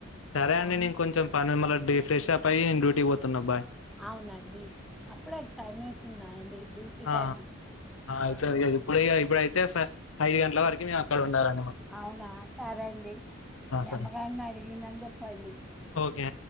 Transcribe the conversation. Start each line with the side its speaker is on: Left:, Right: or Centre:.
Left: సరే
Centre: అవును
Left: అండి నేను కొంచెం పని ఉం మళ్ళ ఫెష్ అప్ అయ్యి నేన్ డ్యూట్ పోతున్న బాయ్
Centre: అవునండి అప్పుడే టైమే తిన్నా అండి డ్యూటీ
Left: ఆ
Centre: టైము
Left: అయితే
Centre: ఆ
Left: ఇప్పుడు ఇప్పుడ అయితే ఫ ఐదు గంటల వరకు మేము అక్కడ ఉండాలా
Centre: అవునా సరే అండి నిమ్మగాన్ని
Left: సరే
Centre: అడిగిందని చెప్పండి
Left: క ఓకే